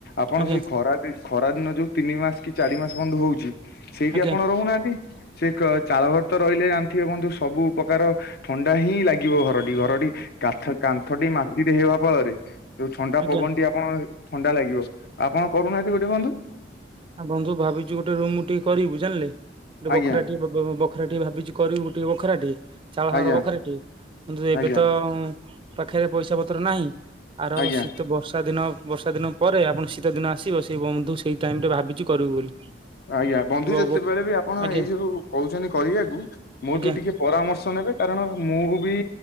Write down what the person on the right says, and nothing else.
ଆଜ୍ଞା
ଆଜ୍ଞା
ଆଜ୍ଞା।
ଆ ବନ୍ଧୁ ଭାବିଚୁ ଗୋଟେ ରୁମ୍ ଟିଏ କରିବୁ ଜାଣିଲେ। ଗୋଟେ
ବଖରାଟିଏ ବ ବ-ବଖରା ଟିଏ ଭାବିଚି କରିବୁ ଗୋଟିଏ ବଖରାଟେ ଚାଳ ଘର
ବଖରାଟି ବନ୍ଧୁ ଏବେ
ତ ପାଖରେ ପଇସାପତ୍ର ନାହିଁ ଆର
ଶୀତ ବର୍ଷା ଦିନ ବର୍ଷାଦିନ ପରେ ଆପଣ ଶୀତଦିନ ଆସିବ ସେଇ ବନ୍ଧୁ ସେଇ ଟାଇମ୍ ରେ ଭାବିଚି କରିବୁ ବୋଲି।
ବ-
ବଖ-
ଆଜ୍ଞା
ଆଜ୍ଞା